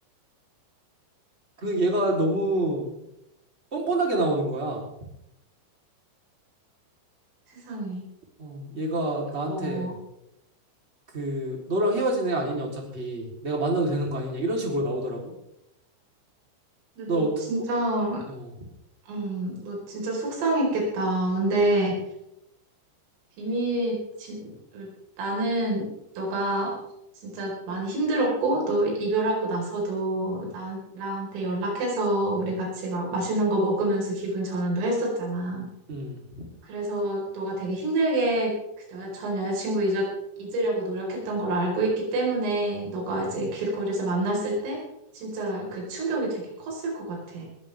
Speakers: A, on the right; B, on the right.
A: 그 얘가 너무 뻔뻔하게 나오는 거야.
B: 세상에.
A: 어, 얘가 나한테
B: 어,
A: 그, 너랑 헤어진 애 아니냐, 어차피. 내가 만나도 되는 거 아니냐, 이런 식으로 나오더라고.
B: 근데
A: 너
B: 너
A: 어떻
B: 진짜,
A: 어, 어,
B: 음, 너 진짜 속상했겠다. 근데 이미 진, 나는 너가 진짜 많이 힘들었고 너 이별하고 나서도 나, 나한테 연락해서 우리 같이 막 맛있는 거 먹으면서 기분 전환도 했었잖아.
A: 음.
B: 그래서 너가 되게 힘들게 그 여, 전 여자친구 잊어, 잊으려고 노력했던 걸 알고 있기 때문에 너가 이제 길거리에서 만났을 때 진짜 그 충격이 되게 컸을 것 같아.